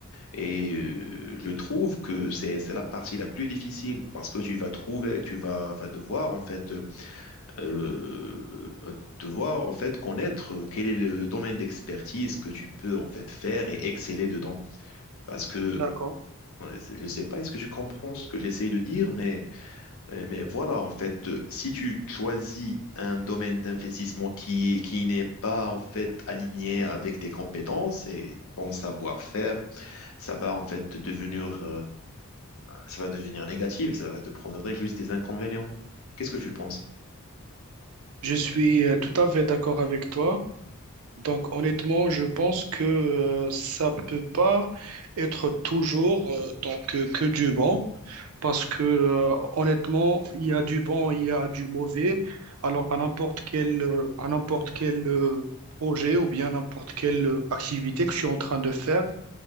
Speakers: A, on the left; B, on the right.
A: Et euh, je trouve que c'est c'est la partie la plus difficile parce que tu vas trouver, tu vas, vas devoir en fait euh, devoir en fait connaître quel est le domaine d'expertise que tu peux en fait faire et exceller dedans. Parce que
B: D'accord.
A: ouais, c'est- je sais pas, est-ce que tu comprends ce que j'essaye de dire, mais euh, mais voilà en fait, euh, si tu choisis un domaine d'investissement qui est- qui n'est pas en fait aligné avec tes compétences et ton savoir-faire ça va en fait devenir ça va devenir négatif, ça va te prendre juste des inconvénients. Qu'est-ce que tu penses?
B: Je suis euh, tout à fait d'accord avec toi. Donc honnêtement, je pense que euh, ça peut pas être toujours euh, donc euh, que du bon. parce que euh, honnêtement, il y a du bon, il y a du mauvais. Alors à n'importe quel, euh, à n'importe quel euh, projet ou bien n'importe quelle euh, activité que je suis en train de faire,